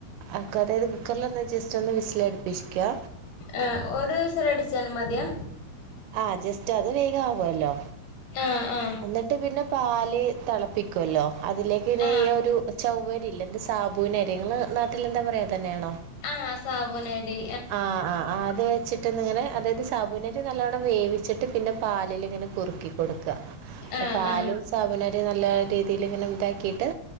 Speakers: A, on the right; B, on the left.
A: അക്കൊതായത് കുക്കലൊന്ന് ജസ്റ്റ് ഒന്ന് വിസിലടിപ്പിശ്ക്കാ
B: ആ ഒരു വിസിലടിച്ചാൽ മതിയാ
A: ആ ജസ്റ്റ് അത് വേഗാവോല്ലോ
B: ആ ആ
A: എന്നിട്ട് പിന്നെ പാല് തെളപ്പി ക്കൊല്ലോ അതിലേക്ക്ന്നെ
B: ആ
A: ഈയൊരു ചവ്വരില്ലേ എന്ത് സാബുനരി ഇങ്ങള് നാ വീട്ടിലെന്താ പറയാ തന്നെയാണോ
B: ആ സാബൂനരി
A: ആ അത് വെച്ച് ട്ട്ങ്ങനെ അതായത് സാബുനരി നല്ലവണ്ണം വേവിച്ചിട്ട് പിന്നെ പാലിൽ ഇങ്ങനെ കുറുക്കിക്കൊടുക്കാ.
B: ആ
A: പാലും
B: ആ
A: സാബൂനരി നല്ല രീതിൽ ഇങ്ങനെ ഇതാക്കിട്ട്